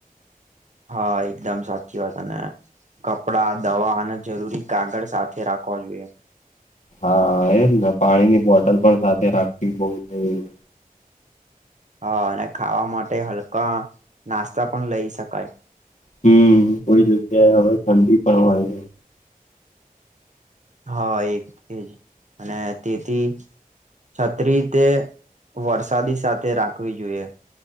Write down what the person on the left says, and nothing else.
હા એજ ને. પાણી ની બોટલ પણ સાથે રાખવી <unintelligible>
હમ્મ. કોઈ જગ્યાએ હવે ઠંડી પણ હોય છે.